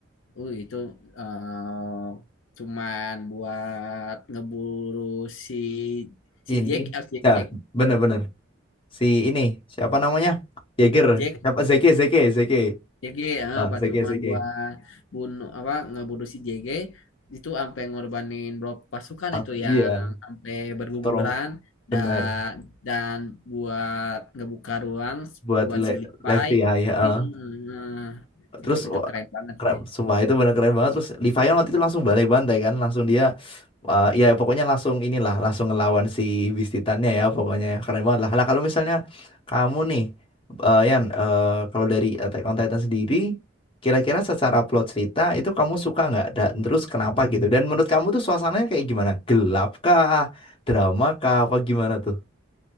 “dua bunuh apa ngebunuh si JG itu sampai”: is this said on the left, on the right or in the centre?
Left